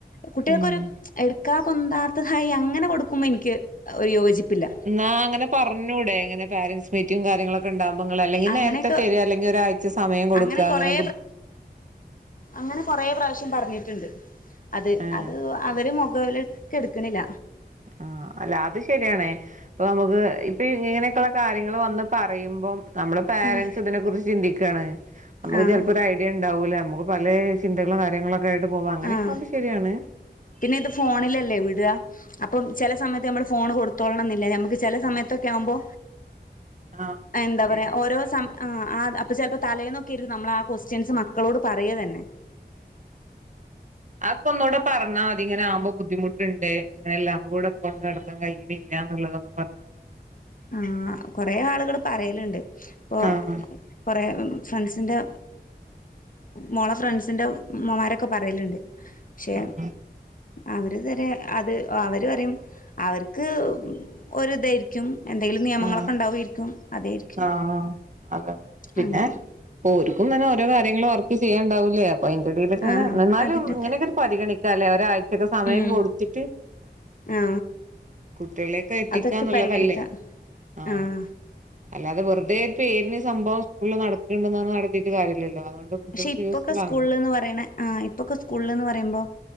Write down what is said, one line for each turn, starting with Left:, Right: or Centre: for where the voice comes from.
Left: കുട്ടികൾക്കൊരു
Right: ഉം
Left: എടുക്കാ പൊന്താത്തതായി അങ്ങനെ കൊടുക്കുമ്പോ ഇനിക്ക് ഒരു യോജിപ്പില്ല
Right: ഇന്നാ അങ്ങനെ പറഞ്ഞൂടെങ്ങനെ പാരൻറ്സ് മീറ്റ റ്റും കാര്യങ്ങളൊക്കെ ഇണ്ടാവുമ്പോൾ അല്ലെങ്കിൽ
Left: അങ്ങനെയൊക്കെ
Right: നേരത്തെ തരാ അല്ലെങ്കി ഒരാഴ്ച സമയം കൊടുക്ക
Left: അങ്ങനെ കൊറേ
Right: അങ്ങെനെ ബു
Left: അങ്ങനെ കൊറേ പ്രാവശ്യം പറഞ്ഞിട്ട്ണ്ട് അത്
Right: ആഹ്
Left: അത് അവര് മുഖവിലക്ക് എടുക്ക്ണില്ല
Right: ആഹ് അല്ല അത് ശരിയാണ് ഇപ്പൊ നമുക്ക് ഇപ്പൊ ഇങ്ങനെയൊക്കെയുള്ള കാര്യങ്ങള് വന്ന് പറയുമ്പം നമ്മളെ പാരൻറ്സ്
Left: ഉം
Right: ഇതിനെ കുറിച്ച് ചിന്തിക്കാണ് നമുക്ക്
Left: ആഹ്
Right: ചെലപ്പോ ഒരഐഡിയ ഇണ്ടാവൂല നമുക്ക് പല ചിന്തകളും കാര്യങ്ങളൊക്കെ ആയിട്ട് പോവും അങ്ങനെയൊക്കെയാകുബോ
Left: ആഹ്
Right: ശരിയാണ്
Left: പിന്നെ ഇത് ഫോണിലല്ലേ വിട അപ്പം ചെല സമയത്ത് നമ്മൾ ഫോൺ കൊടുത്തോളണംന്നില്ല നമക്ക് ചെല
Right: ആ
Left: സമയത്തൊക്കെ ആവുമ്പോ
Right: ആ
Left: എന്താ
Right: ശരിയാ
Left: പറയാ ഓരോ ആ ആ അപ്പൊ ചെലപ്പോ തലേന്നൊക്കെയിരിക്കും നമ്മൾ ആഹ് കൊസ്റ്റ്യൻസ് മക്കളോട് പറയ തന്നെ
Right: അതക്ക ഒന്നുകൂടെ പറഞ്ഞാ മതി ഇങ്ങനാവുമ്പോ ബുദ്ധിമുട്ട്ണ്ട് ഇങ്ങനെല്ലാം കൂടെ കൊണ്ട് നടക്കാൻ കയ്യു ല എന്ന്ള്ളത് പറഞ്ഞ
Left: ആഹ് കൊറേ ആളുകൾ പറയലണ്ട് ഇപ്പൊ
Right: ആ
Left: കുറെ ഫ്രണ്ട്സിന്റെ മോളെ ഫ്രണ്ട്സിന്റെ ഉമ്മമാരൊക്കെ പറയല്ണ്ട് ക്ഷെ
Right: ആ
Left: അവര്തരെ അത് അവര് പറയും അവർക്ക് ഒരിതായിരിക്കും എന്തെങ്കിലും നിയമങ്ങളൊക്കെ
Right: ആ
Left: ഇണ്ടാവേര്ക്കും അതൊരിക്കും
Right: ആഹ് അതെണ്ടായിരുന്നു പിന്നെ
Left: അങ്ങനെ
Right: ഓര്ക്കും തന്നെ ഓരോ കാര്യങ്ങങ്ങള് വർക്ക് ചെയ്യാണ്ടാവൂല്ലേ അപ്പൊ അയ്ന്റെടയിലൊക്കെ
Left: ആ
Right: ഇങ്ങനെ ഇന്നാലും
Left: അതിന്റെ
Right: ഇങ്ങനെയൊക്കെ ഒരു പരിഗണിക്കാം ല്ലേ ഒരാഴ്ച്ചക്കൊകെ സമയം
Left: ഉം
Right: കൊടുത്തിട്ട്
Left: ആ
Right: കുട്ടികളെയൊക്കെ എത്തിക്കാന്നുള്ളതല്ലേ
Left: അതൊക്കെ പരിഗണിക്കാം
Right: ആഹ്
Left: ആ
Right: അല്ലാതെ വെറ്തെ ഒരു പേരിന് സംഭവം സ്കൂളിൽ നടക്കണ്ടന്ന് നടത്തീട്ട് കാര്യല്ലല്ലോ അതുകൊണ്ട് കുട്ടികൾക്ക്
Left: പക്ഷെ ഇപ്പൊക്കെ
Right: യൂസ്ഫുൾ
Left: സ്കൂള്ന്ന്
Right: ആണ്
Left: പറയണ ആ് ഇപ്പൊക്കെ സ്കൂള്ന്ന് പറയുമ്പോ